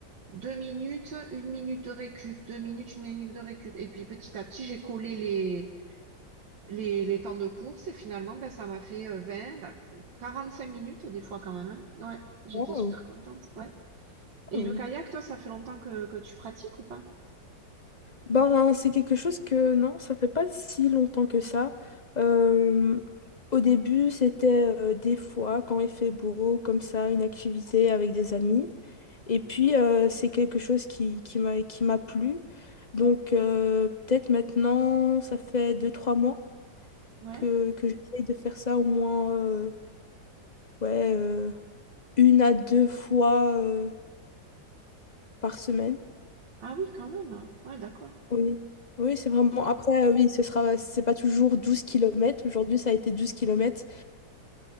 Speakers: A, on the right; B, on the left.
A: Deux minutes, une minute de récup, deux minutes, une minute de récup. Et puis petit à petit, j'ai collé les, les, les temps de course et finalement, ben, ça m'a fait euh, 20, la- 45 minutes des fois quand même. hein. Ouais, j'étais
B: Wow,
A: super contente. Ouais. Et
B: wow.
A: le kayak, toi, ça fait longtemps que, que tu pratiques ou pas?
B: Ben, c'est quelque chose que non, ça fait pas si longtemps que ça. Euh, au début, c'était euh, des fois quand il fait beau, comme ça, une activité avec des amis. Et puis, euh, c'est quelque chose qui, qui m'a, qui m'a plu. Donc, euh, peut-être maintenant, ça fait deux trois mois
A: Ouais.
B: que, que j'essaye de faire ça au moins euh, ouais, euh, une à deux fois euh, par semaine.
A: Ah oui, quand même. hein. Ouais, d'accord.
B: Oui, oui, c'est vraiment.
A: Ok.
B: Après, euh, oui, ce sera, c'est pas toujours 12 kilomètres. Aujourd'hui, ça a été 12 km.